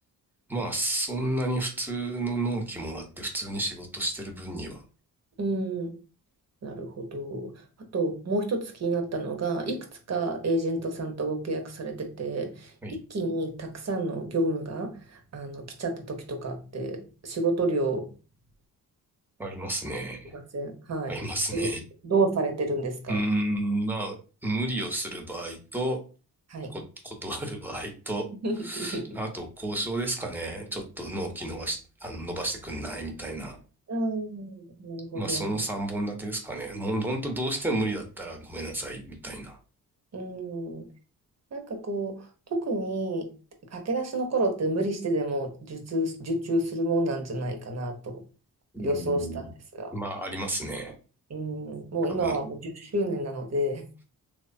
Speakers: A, in the centre; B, on the right (about 45°).
A: まあ、そんなに普通の納期もらって普通に仕事してる分には、
B: うん。なるほど。あともう一つ気になったのが、いくつかエージェントさんとご契約されてて、
A: はい、
B: 一気にたくさんの業務があの来ちゃった時とかって、仕事量あ
A: ありますね。
B: りません。はい。
A: ありますね。
B: どう、どうされてるんですか
A: うーん、まあ、無理をする場合と、
B: はい。
A: こ、断る場合と、
B: <laughs>
A: あと交渉ですかね。ちょっと納期伸ばし、あの、伸ばしてくんないみたいな。
B: うん、なるほど。
A: まあ、その3本立てですかね。もう、ほどうしても無理だったらごめんなさい、みたいな。
B: うん。なんかこう、特に駆け出しの頃って無理してでも受注、受注するもんなんじゃないかなと
A: うん。
B: 予想したんですが。
A: まあ、ありますね。
B: うん、もう今はもう10周年なので、
A: 多分。